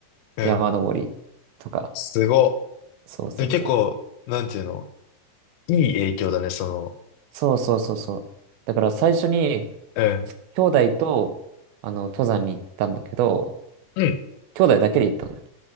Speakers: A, on the left; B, on the right.
A: うん。
B: 山登りとか、
A: すご。
B: そうそうそう。
A: え結構、なんていうの、いい影響だね、その。
B: そうそうそうそう。だから最初に、
A: うん。
B: 兄弟と、あの、登山に行ったんだけど、
A: うん。
B: 兄弟だけで行ったのよ。